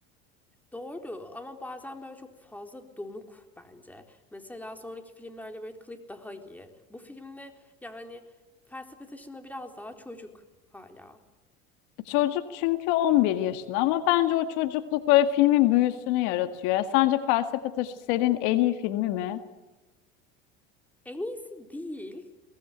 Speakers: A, in the centre; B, on the left (about 70°).
A: Doğru ama bazen böyle çok fazla donuk bence. Mesela sonraki filmlerde Radcliffe daha iyi. Bu filmde yani felsefe taşında biraz daha çocuk hala.
B: Çocuk çünkü 11 yaşında ama bence o çocukluk böyle filmin büyüsünü yaratıyor. Ya sence Felsefe Taşı serinin en iyi filmi mi?
A: En iyisi değil